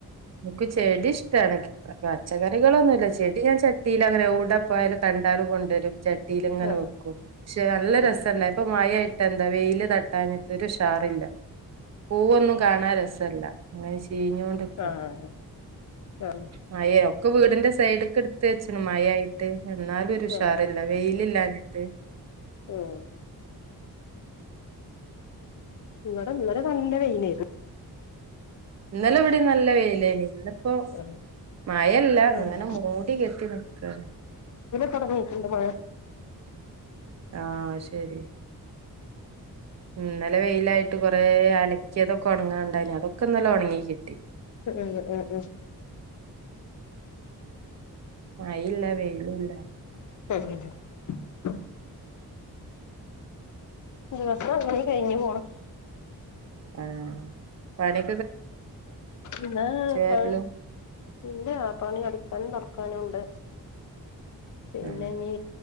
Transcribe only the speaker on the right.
എക്ക് ചെടി ഇഷ്ടാണ് പച്ചക്കറികളൊന്നുല്ല ചെടി <unintelligible> ഞാൻ ചട്ടിയിൽ അങ്ങനെ ഊട പോയും കണ്ടാലും കൊണ്ടുവരും ചട്ടി <unintelligible> ഇങ്ങനെ
വെക്കും ക്ഷെ നല്ല
രസഡായ് ഇപ്പ മഴ റ്റെന്താ വെയില് തട്ടാഞ്ഞിട്ട് ഒരു ഉഷാറില്ല, പൂവൊന്നും കാണാൻ രസല്ല, <unintelligible> കീഞ്ഞോണ്ട്ക്ക
മഴ ഒക്കെ വീടിന്റെ സൈഡോക്കെ എടുത്ത് വച്ചണ് മഴ ആയി. <unintelligible> എന്നാലും ഒരു ഉഷാറില്ല
വെയിലില്ലാഞ്ഞി ത്ത്
ഇന്നലെ വടിം നല്ല വെയിലേനി ന്നിപ്പോ
മഴല്ല ങ്ങനെ
മൂടി കെട്ടി നിക്കാണ്
ആഹ് ശരി ന്നലെ വെയിലായിട്ട് കൊറേ അല ക്കിയതൊക്കെ ഒണങ്ങാണ്ടായിനി അതൊക്കെ ന്നലെ ഒണങ്ങി കിട്ടി
മയില്ല വെയിലും ല്ല
ആ പണി
വാരലും
ആഹ്